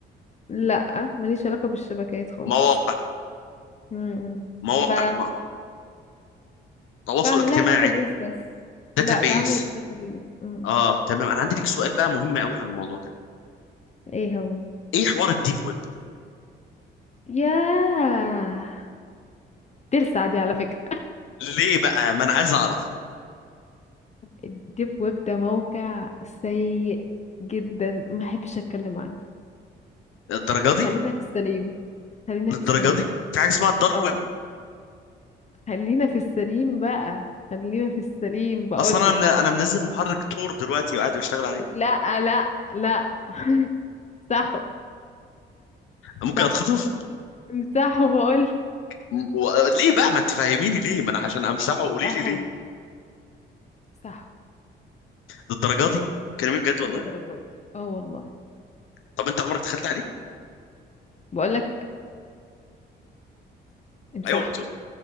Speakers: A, on the left; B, on the left.
A: لا ماليش علاقة بالشبكات خالص
B: مواقع
A: امم
B: مواقع
A: ب...
B: ما تواصل
A: بعمل
B: اجتماعي
A: لها داتابيز بس
B: داتابيس
A: لا بعمل داتابيز امم
B: اه تمام انا عندي ليك سؤال بقى مهم قوي عن الموضوع ده
A: ايه هو
B: ايه حوار الديب ويب
A: ياه تلسع دي على فكرة
B: ليه بقى ما انا عايز اعرف
A: الديب ويب ده موقع سيء جدا ما احبش اتكلم عنه
B: الدرجة دي
A: خلينا في السليم خلينا
B: للدرجه
A: في السليم
B: دي في حاجه اسمها الدارك
A: اه
B: ويب
A: خلينا في السليم بقى خلينا في السليم بقول
B: اصلا انا من...
A: لك
B: انا منزل محرك تور دلوقتي وقاعد بشتغل عليه
A: لا لا لا <laughs> امسحوا
B: ممكن
A: امسحوا
B: اتخطف
A: امسحوا بقول
B: م- و... ليه بقى ما تفهميني ليه ما انا عشان امسحه قولي
A: امسحوا
B: لي ليه
A: امسحوا
B: للدرجه دي كلامي بجد والله
A: للدرجة دي اه والله
B: طب انت عمرك دخلت عليه
A: بقول لك امسحوا
B: ايوه بتقول